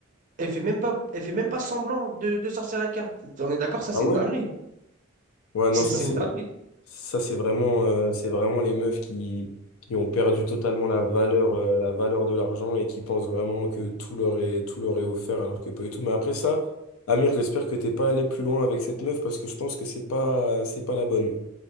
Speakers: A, on the right (about 40°); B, on the left (about 80°).
A: elle fait même pas, elle fait même pas semblant de, de sortir la carte. On est d'accord, ça, c'est
B: Ah ouais?
A: une dinguerie.
B: Ouais,
A: C'est
B: non, ça
A: c'est
B: c'est.
A: une dinguerie.
B: Ça, c'est vraiment, euh, c'est vraiment les meufs qui, qui ont perdu totalement la valeur, euh, la valeur de l'argent et qui pensent vraiment que tout leur est, tout leur est offert alors que pas du tout. Mais après ça, Amir, j'espère que t'es pas allé plus loin avec cette meuf parce que je pense que c'est pas, c'est pas la bonne.